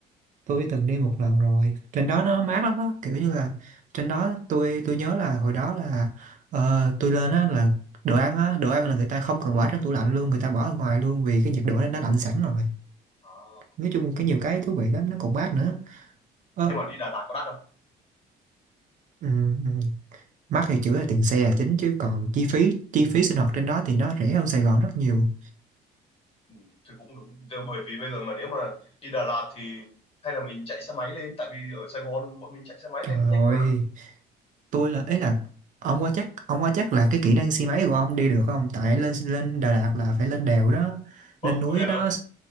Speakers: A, on the right; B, on the left.
A: tôi từng đi một lần rồi trên đó nó mát lắm á kiểu như là trên đó tôi tôi nhớ là hồi đó là ờ, tôi lên á là đồ ăn á đồ ăn là người ta không cần bỏ trong tủ lạnh luôn người ta bỏ ở ngoài luôn vì cái nhiệt độ đó nó lạnh sẵn rồi
B: À.
A: nói chung cái nhiều cái thú vị lắm nó còn mát nữa ờ
B: Nhưng mà đi Đà Lạt có đắt không?
A: ừm, ừm, mắc thì chủ yếu là tiền xe là chính chứ còn chi phí chi phí sinh hoạt trên đó thì nó rẻ hơn Sài Gòn rất nhiều
B: Ừ, thì cũng đúng. Thì Bởi vì bây giờ mà nếu mà đi Đà Lạt thì hay là mình chạy xe máy lên tại vì ở Sài Gòn bọn mình chạy xe máy
A: trời
B: lên cũng nhanh
A: ơi
B: mà.
A: tôi là ấy là ông qua chắc ông qua chắc là cái kỹ năng xe máy của ông đi được không tại lên lên Đà Lạt là phải lên đèo đó
B: Ủa,
A: lên núi
B: vậy
A: đó
B: hả?